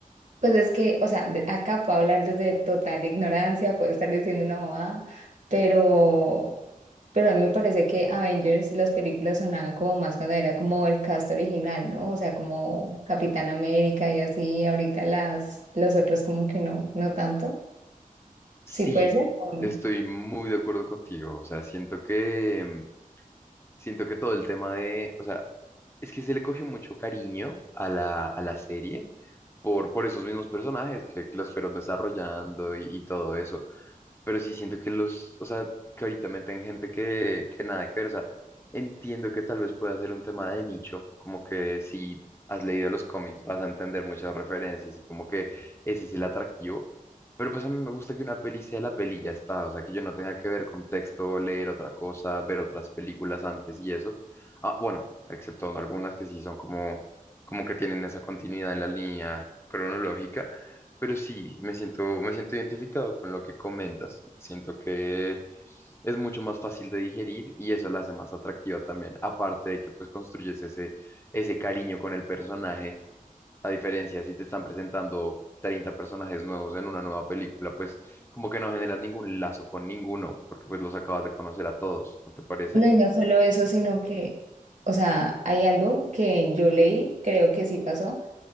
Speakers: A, on the right; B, on the left.
A: Pues es que, o sea, de- acá puedo hablar desde total ignorancia, puedo estar diciendo una bobada, pero, pero a mí me parece que Avengers, las películas sonaban como más cuando era como el cast original, ¿no? O sea, como Capitán América y así, ahorita las, los otros como que no, no tanto.
B: Sí,
A: Sí puede ser o no.
B: estoy muy de acuerdo contigo. O sea, siento que mm, siento que todo el tema de, o sea, es que se le cogió mucho cariño a la, a la serie por, por esos mismos personajes que, que los fueron desarrollando y, y todo eso. Pero sí siento que los, o sea, que ahorita meten gente que, que nada que ver. O sea, entiendo que tal vez pueda ser un tema de nicho, como que si has leído los cómics vas a entender muchas referencias y como que ese es el atractivo. Pero pues a mí me gusta que una peli sea la peli y ya está, o sea, que yo no tenga que ver contexto, leer otra cosa, ver otras películas antes y eso. Ah, bueno, excepto algunas que sí son como, como que tienen esa continuidad en la línea cronológica pero sí, me siento, me siento identificado con lo que comentas. Siento que es mucho más fácil de digerir y eso la hace más atractiva también. Aparte de que pues construyes ese, ese cariño con el personaje, a diferencia si te están presentando 30 personajes nuevos en una nueva película, pues como que no generas ningún lazo con ninguno, porque pues los acabas de conocer a todos, ¿no te parece?
A: No, y no solo eso, sino que, o sea, hay algo que yo leí, creo que sí pasó,